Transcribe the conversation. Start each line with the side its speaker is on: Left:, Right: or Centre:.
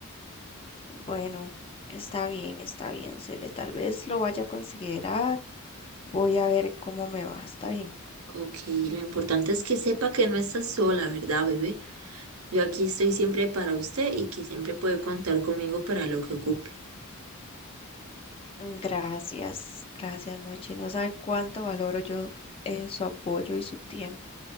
Left: Bueno, está bien, está bien, Cele, tal vez lo vaya a considerar. Voy a ver cómo me va, está bien.
Right: Ok, lo importante es que sepa que no está sola, ¿verdad, bebé? Yo aquí estoy siempre para usted y que siempre puede contar conmigo para lo que ocupe.
Left: Mm, Gracias, gracias, Mochi. No sabe cuánto valoro yo eh, su apoyo y su tiempo.